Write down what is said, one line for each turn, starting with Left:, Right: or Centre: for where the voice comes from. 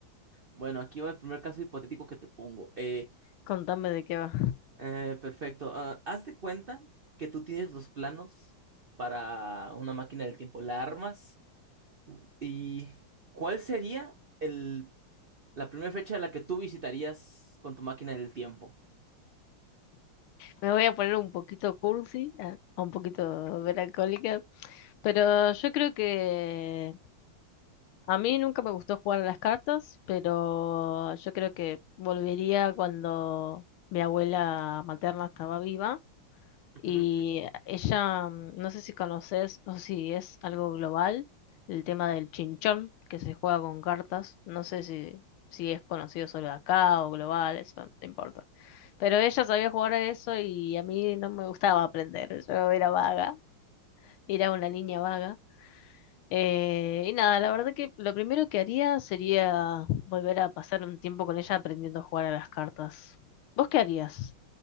Right: Bueno, aquí va el primer caso hipotético que te pongo. Eh,
Left: Contame de qué va.
Right: eh, perfecto. Ah, haz de cuenta que tú tienes los planos para una máquina del tiempo, la armas. ¿Y cuál sería el La primera fecha a la que tú visitarías con tu máquina del tiempo.
Left: Me voy a poner un poquito cursi, ah, un poquito melancólica, pero yo creo que a mí nunca me gustó jugar a las cartas, pero yo creo que volvería cuando mi abuela materna estaba viva.
Right: Ujú.
Left: Y ella, mm, no sé si conoces o si es algo global, el tema del chinchón, que se juega con cartas. No sé si, si es conocido solo acá o global, eso no te importa. Pero ella sabía jugar a eso y a mí no me gustaba aprender. Yo era vaga, era una niña vaga. Eh, y nada, la verdad que lo primero que haría sería volver a pasar un tiempo con ella aprendiendo a jugar a las cartas. ¿Vos qué harías?